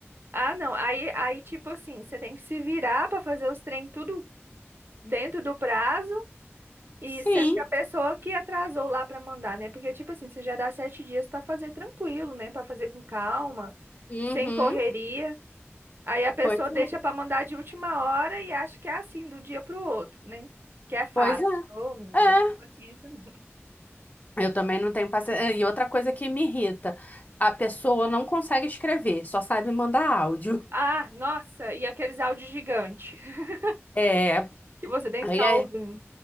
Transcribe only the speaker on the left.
Sim.
Uhum.
Pois
é.
Pois é.
É.
Eu também não tenho paciência. E outra coisa que me irrita, a pessoa não consegue escrever, só sabe mandar áudio.
É.
Aí,
aí-